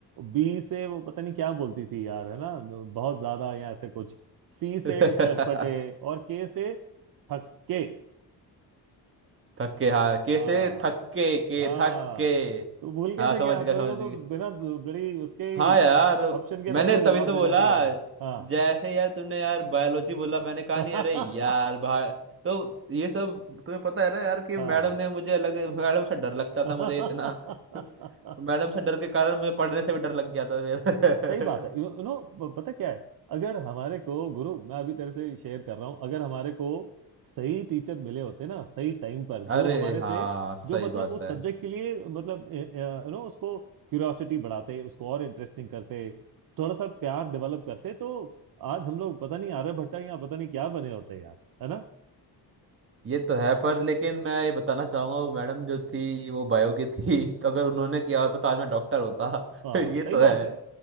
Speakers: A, on the right (about 55°); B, on the right (about 30°).
A: बी से वो पता नहीं क्या बोलती थी यार है ना बहुत ज्यादा या ऐसे कुछ सी से
B: <laughs>
A: चटपटे और के से थक्के
B: थक्के हाँ कैसे
A: हाँ
B: थक्के के
A: हाँ
B: थक्के
A: तो भूल कैसे
B: हाँ समझ
A: गया
B: गया
A: तेरे
B: समझ
A: को तो
B: गया
A: बिना बड़ी उसके ही
B: हाँ यार
A: ऑप्शन के
B: मैंने
A: तेरे को जवाब
B: तभी तो
A: देना
B: बोला
A: चाहिए था हाँ
B: जैसे यार तुमने यार बायोलॉजी बोला मैंने कहा
A: <laughs>
B: नहीं अरे यार भाई तो ये सब तुम्हें पता है ना यार कि
A: हाँ
B: मैडम ने मुझे अलग मैडम से डर लगता
A: <laughs>
B: था
A: हाँ
B: मुझे इतना <laughs> मैडम से डर के कारण मुझे पढ़ने से भी डर लग गया था फिर
A: सही बात है यू नो पता क्या है अगर हमारे को गुरु मैं अभी तेरे से शेयर कर रहा हूं अगर हमारे को सही टीचर मिले होते ना सही टाइम पर
B: <laughs> अरे
A: जो हमारे
B: हाँ
A: से जो
B: सही
A: मतलब
B: बात
A: उस
B: है
A: सब्जेक्ट के लिए मतलब यू नो उसको क्यूरियोसिटी बढ़ाते उसको और इंटरेस्टिंग करते थोड़ा सा प्यार डेवलप करते तो आज हम लोग पता नहीं आर्यभट्ट या पता नहीं क्या बने होते यार है ना
B: ये तो है पर लेकिन मैं ये बताना चाहूंगा वो मैडम जो थी वो बायो की थी <laughs> तो अगर उन्होंने किया होता तो आज मैं डॉक्टर होता
A: हाँ
B: <laughs> ये
A: सही
B: तो
A: बात
B: है
A: है